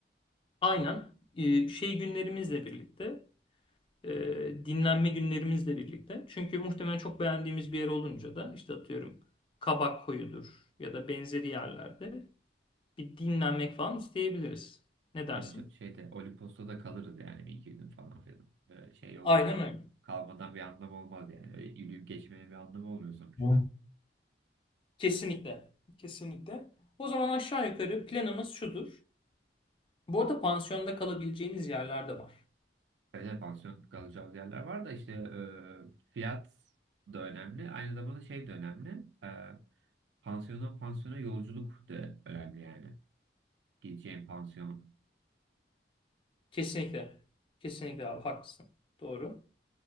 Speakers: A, on the left; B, on the right.
A: Aynen. e, şey günlerimizle birlikte e, dinlenme günlerimizle birlikte. Çünkü muhtemelen çok beğendiğimiz bir yer olunca da işte atıyorum Kabak Koyu'dur ya da benzeri yerlerde bir dinlenmek falan isteyebiliriz. Ne dersin?
B: Tabii çok şeyde Olimpos'ta da kalırız yani bir iki gün falan filan. Böyle şey olur.
A: Aynen öyle.
B: Kalmadan bir anlam olmaz yani. Öyle yürüyüp geçmenin bir anlamı olmuyor sonuçta.
A: Hı. Kesinlikle. Kesinlikle. O zaman aşağı yukarı planımız şudur. Bu arada pansiyonda kalabileceğimiz yerler de var.
B: Öyle pansiyon kalacağımız yerler var da işte e, fiyat da önemli. Aynı zamanda şey de önemli. E, pansiyondan pansiyona yolculuk da önemli yani. Gideceğin pansiyon.
A: Kesinlikle. Kesinlikle abi haklısın. Doğru.